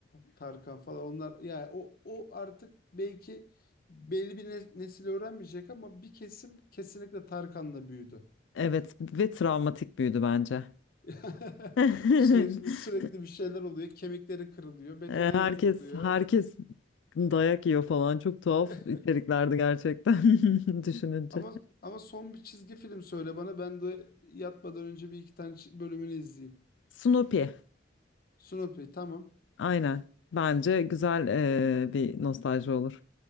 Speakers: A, on the left; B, on the left.
A: Tarkan falan onlar yani o o artık belki belli bir ne- nesil öğrenmeyecek ama bir kesim kesinlikle Tarkan'la büyüdü.
B: Evet ve travmatik büyüdü bence.
A: <laughs>
B: <laughs>
A: Sürekli sürekli bir şeyler oluyor. Kemikleri kırılıyor, betona
B: Herkes
A: yatırılıyor.
B: herkes dayak yiyor falan. Çok tuhaf
A: <laughs>
B: içeriklerdi gerçekten <laughs> düşününce.
A: Ama ama son bir çizgi film söyle bana. Ben de yatmadan önce bir iki tane çi- bölümünü izleyeyim.
B: Snoopy.
A: Snoopy tamam.
B: Aynen. Bence güzel eee, bir nostalji olur.